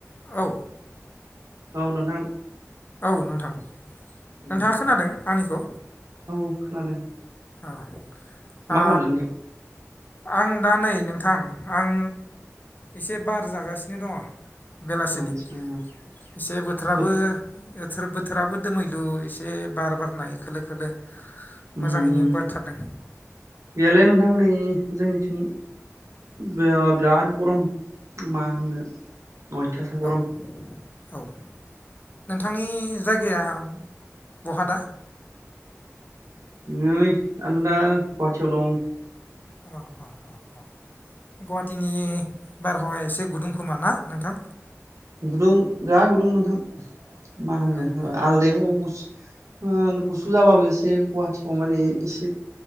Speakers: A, on the left; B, on the right.
A: औ।
B: औ नोंथां।
A: औ नोंथां।
B: उम
A: नोंथाङा खोनादों आंनिखौ?
B: औ खोनादों
A: औ।
B: मा
A: आ
B: खालामदों नोंथां?
A: आं दा नै नोंथां आं एसे बार जागासिनो दङ। बेलासिनि
B: आदसा
A: एसे बोथोराबो।
B: बोथ
A: बोथोर बोथोराबो दोमैलु एसे बार बारनाय खोलो खोलो।
B: उम‌
A: मोजाङैनो बारथारदों
B: गैयालै नोंथां नै जोंनि बिराद गरम। मा होननो अयथासार
A: औ
B: गरम।
A: औ नोंथांनि जायगाया बहा दा
B: नै आनथदा गुवाहाटियाव दं
A: अ अ अ गुहाटि टिनि बारहावाया एसे गुदुं खोमा ना नोंथां
B: गुदुं बिराद गुदुं नोंथां मा होननो
A: औ औ
B: आलदायाव ओ गुसु जाबाबो एसे एसे गुवाहाटियाव माने एसे